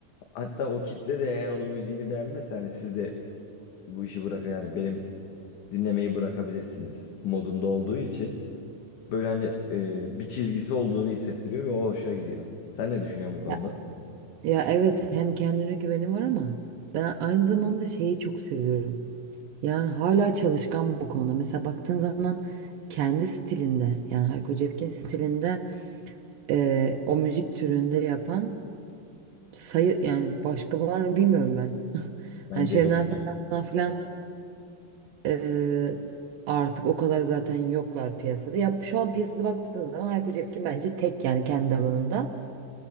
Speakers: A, on the left (about 65°); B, on the right (about 80°).
A: Hatta o kitle de eğer onun müziğini beğenmezse hani siz de bu işi bırakın yani benim dinlemeyi bırakabilirsiniz modunda olduğu için Böyle hani e, bir çizgisi olduğunu hissettiriyor ve o hoşuna gidiyor. Sen ne düşünüyorsun bu konuda?
B: Ya, ya evet hem kendine güveni var ama ben aynı zamanda şeyi çok seviyorum. Yani hala çalışkan bu konuda. Mesela baktığın zaman kendi stilinde yani Hayko Cepkin stilinde e, o müzik türünde yapan sayı yani başka var mı bilmiyorum ben. <laughs>
A: Bence
B: Hani Şebnem
A: yok.
B: falan filan eee, artık o kadar zaten yoklar piyasada. Ya şu an piyasada baktığınız zaman Hayko Cepkin bence tek yani kendi alanında.